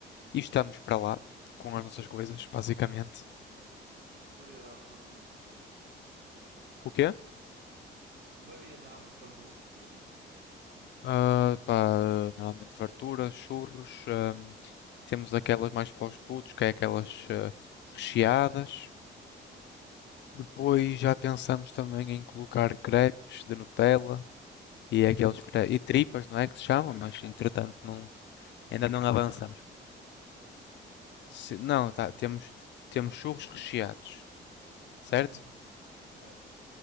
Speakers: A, on the left; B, on the right.
A: E estamos para lá com as nossas coisas, basicamente.
B: E que variedade de farturas possui?
A: O quê?
B: Que variedade de farturas possuem?
A: Ah, pá, normalmente fartura, churros. ahm, temos aquelas mais para os putos, que é aquelas ah, recheadas. Depois já pensamos também em colocar crepes de Nutella e aqueles cre- e tripas, não é que se chama, mas entretanto não,
B: Isso
A: Ainda
B: é
A: não
B: recheado,
A: avançamos. Se-
B: colocar
A: não,
B: creme.
A: tá, temos, temos churros recheados, certo?
B: Hum, certo.